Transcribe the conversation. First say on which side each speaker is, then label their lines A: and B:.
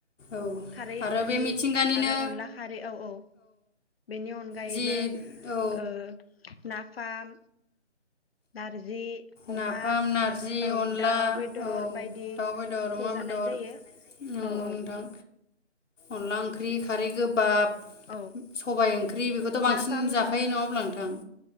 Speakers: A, on the left; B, on the left.
A: औ
B: खारै
A: आरो
B: ओंख्रि
A: बे मिथिंगानिनो
B: आरो अनला खारै औ औ। बेनि अनगायैबो
A: जि औ
B: ओ। नाफाम नारजि अमा
A: नाफाम नारजि
B: औ
A: अनला
B: दाउ बेदर
A: औ
B: बायदिखौ
A: दाउ बेदर अमा बेदर
B: जानाय जायो
A: नंगौ
B: औ औ।
A: नोंथां अनला ओंख्रि खारै गोबाब
B: औ
A: सबाय ओंख्रि बेखौथ बांसिन
B: नाफाम
A: जाखायो
B: उम
A: नङा होमब्ला नोंथां?